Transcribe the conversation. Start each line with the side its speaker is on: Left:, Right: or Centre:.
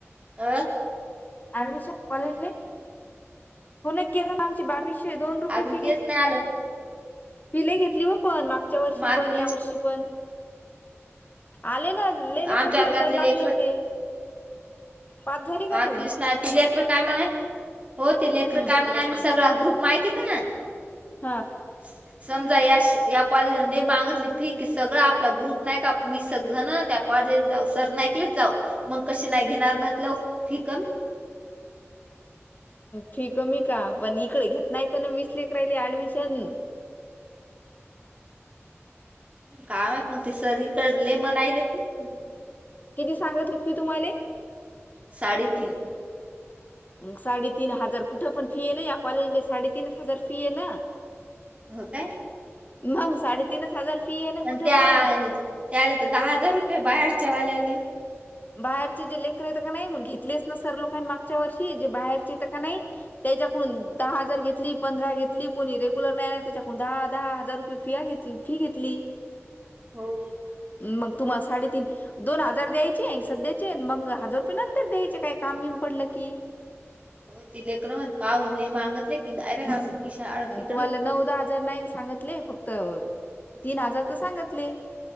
Right: अह
Left: ऍडमिशन कॉलेजले होन केलं आमची बाविशे - दोन रुपये
Right: अजून
Left: फी घे
Right: तेच नाही आलं
Left: फि लय घेतली हो पण मागच्या वर्षी
Right: मार्क
Left: पण
Right: लिस्ट
Left: या वर्षी पण आले ना लय लेकराची
Right: आमच्या वर्गातले
Left: रिझल्ट लागले
Right: लेकर
Left: होते. पास झाली का
Right: पार्क
Left: तू
Right: लिस्ट नाही ती लेकर काय म्हणा हो ती लेकर
Left: हम्म
Right: काय म्हणाय सगळा ग्रुप माहिती का
Left: हा
Right: <unintelligible> समजा या या कॉलेज मध्ये मागितली फी की सगळं आपला ग्रुप नाही का वीस जण त्यात कॉलेज जाऊ सर ना ऐकलेच जाऊ मग कशी नाही घेणार मतलव फि कम
Left: फी कमी का पण इकडे घेत नाही तर ना वीस लेकराली ऍडमिशन.
Right: काय महित मग ते सरी इकडले मनायलेत ना
Left: किती सांगितली फी तुम्हाले
Right: साडेतीन
Left: साडेतीन हजार कुठे पण फी ये ना या कॉलेजले साडेतीन हजार फी ये ना.
Right: हो काय
Left: मग साडेतीनच हजार फी आहे ना
Right: आणि
Left: कुठं
Right: त्या
Left: पण
Right: त्याला तर दहा हजार रुपये बाहेरच्या वाल्यानी
Left: बाहेरचे जे लेकर येत का नाही मग घेतलेच ना सर लोकांनी मागच्या वर्षी जे बाहेरचे येत का नाही. त्यांच्याकडून दहा हजार घेतली. पंधरा घेतली कोणी रेग्युलर नाही त्याच्याकडून दहा दहा हजार रुपये फीया घेतली फी घेतली.
Right: हो.
Left: मग तुम्हाला साडेतीन दोन हजार द्याय चे सध्याचे आहेत मग हजार रुपये नंतर द्यायचे काय काम येऊन पडलं की.
Right: हो ती लेकर मत पाहले मागतले की डायरेक्ट आपण पिशा आणून तिकडं
Left: तुम्हाला नऊदहा हजार नाही सांगतले, फक्त तीन हजार तर सांगतले.